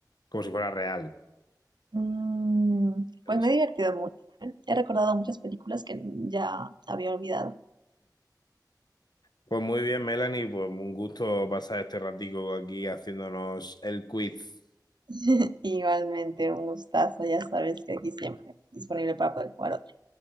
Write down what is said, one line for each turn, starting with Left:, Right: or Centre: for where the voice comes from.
Left: como si fuera real.
Right: Mm,
Left: Es-
Right: pues me he divertido mucho. ¿eh? He recordado muchas películas que ya había olvidado.
Left: Pues muy bien, Melanie, pues un gusto pasar este ratico aquí haciéndonos el quiz.
Right: <laughs> Igualmente, un gustazo, ya sabes que aquí siempre disponible para poder jugar otro